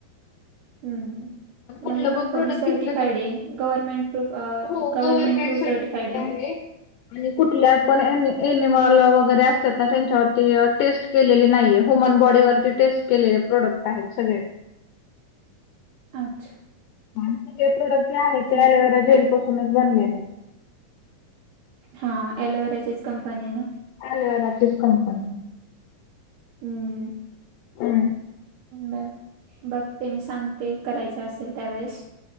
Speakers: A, on the right (about 75°); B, on the left (about 85°).
A: हम्म हम्म.
B: कुठलं
A: म ही
B: पण
A: कंपनी
B: प्रोडक्ट
A: सर्टिफाईडे.
B: घेतलं तर
A: गव्हर्नमेंट प्रूफ
B: हो
A: गवर्नमेंट
B: गव्हर्नमेंट
A: थ्रू
B: सर्टिफाईड
A: सर्टिफाइडे
B: आहे.
A: ना?
B: आणि कुठल्या पण एनि एनिमल वगैरे असतात ना. त्यांच्यावरती टेस्ट केलेली नाहीये. ह्युमन बॉडी वरती टेस्ट केलेले प्रोडक्ट आहेत सगळे.
A: अच्छा.
B: आणि सगळे प्रोडक्ट जे आहेत.
A: ठीक
B: ते अलोवेरा
A: आहे
B: जेल पासूनच बनलेले.
A: हा लोवेराचीच कंपनीय ना?
B: एलोवेरा चीच कंपनीय.
A: हम्म.
B: हम्म.
A: बर बघ ते मी सांगते. करायचे असेल त्यावेेळेस.